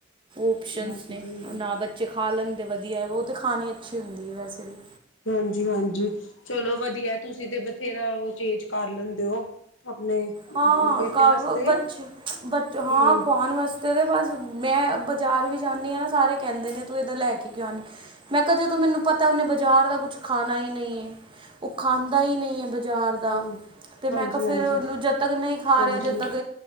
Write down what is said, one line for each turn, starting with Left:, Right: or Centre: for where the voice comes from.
Right: ਆਪਸ਼ਨ
Left: ਹਾਂਜੀ।
Right: ਨੇ ਨਾ ਬੱਚੇ ਖਾ ਲੈਂਦੇ ਵਧੀਆ ਉਹ ਤੇ ਖਾਣੇ ਨੀ ਵੈਸੇ ਵੀ
Left: ਹਾਂਜੀ ਹਾਂਜੀ ਚਲੋ ਵਧੀਆ ਤੁਸੀਂ ਤੇ ਬਥੇਰਾ ਉਹ ਚੇਂਜ ਕਰ ਲੈਂਦੇ ਹੋ ਆਪਣੇ
Right: ਹਾਂ
Left: ਬੇਟੇ
Right: ਕ
Left: ਵਾਸਤੇ
Right: ਬੱਚ ਬੱਚ ਹਾਂ
Left: ਹਮ
Right: ਖਵਾਣ ਵਾਸਤੇ ਤੇਦੇ ਬਸ ਮੈਂ ਬਾਜ਼ਾਰ ਵੀ ਜਾਂਦੀ ਹਾਂ ਨਾ ਸਾਰੇ ਕਹਿੰਦੇ ਨੇ ਤੂੰ ਇਧਰ ਲੈ ਕੇ ਕਿਉਂ ਨੀ ਮੈਂ ਕਿਹਾ ਜਦੋਂ ਮੈਨੂੰ ਪਤਾ ਉਹਨੇ ਬਾਜ਼ਾਰ ਦਾ ਕੁਛ ਖਾਣਾ ਹੀ ਨਹੀਂ ਹੈ। ਉਹ ਖਾਂਦਾ ਹੀ ਨਹੀਂ ਹੈ ਬਜ਼ਾਰ ਦਾ
Left: ਹਾਂ
Right: ਤੇ ਮੈਂ
Left: ਹਾਂਜੀ
Right: ਕਿਹਾ
Left: ਹਾਂਜੀ
Right: ਫਿਰ ਉਹਨੂੰ ਜ ਜਦ ਤੱਕ ਨਹੀਂ ਖਾ
Left: ਹਾਂਜੀ
Right: ਰਿਹਾ ਜਦ ਤੱਕ